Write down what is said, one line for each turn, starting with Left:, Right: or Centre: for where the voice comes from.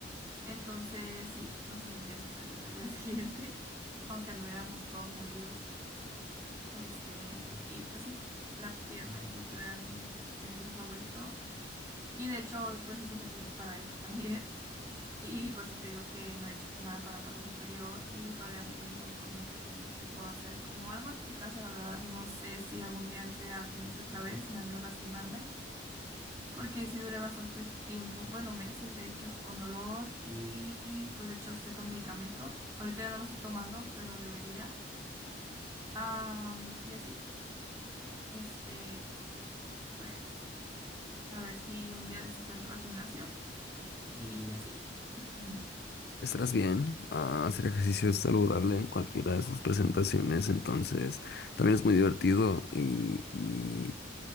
Right: Entonces sí, no se sentía súper bien al día <laughs> siguiente, aunque anduviéramos todos molidos. Este, y pues sí, la pierna y el glúteo era mi ejercicio favorito. Y de hecho hoy pues hice ejercicios para eso también. Y por eso te digo que no he hecho nada para la parte superior y todavía ando viendo como que, qué puedo hacer. Como algo aquí en casa, la verdad, no sé si algún día entré al gimnasio otra vez, me da miedo lastimarme, porque sí duré bastante tiempo, bueno, meses de hecho, con dolor y pues de hecho estoy con medicamento. Ahorita ya no lo estoy tomando, pero debería. Am, y así, este, pues a ver si un día de estos entro al gimnasio y así. <laughs>
Left: Estarás bien, ah, hacer ejercicio es saludable en cualquiera de sus presentaciones, entonces también es muy divertido y, y